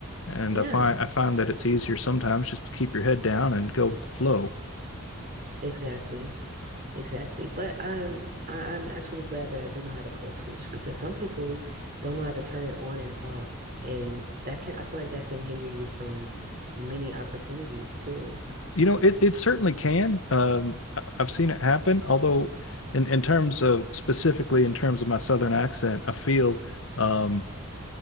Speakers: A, on the left; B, on the right.
A: And
B: Yeah,
A: I find I find that it's easier sometimes just to keep your head down and go with the flow.
B: exactly. Exactly. But I'm I- I'm actually glad that I do know how to code switch because some people don't know how to turn it on and off. And that can I feel like that can hinder you from many opportunities too.
A: You know, it it certainly can. Um, I- I've seen it happen. Although, in in terms of specifically in terms of my Southern accent, I feel um,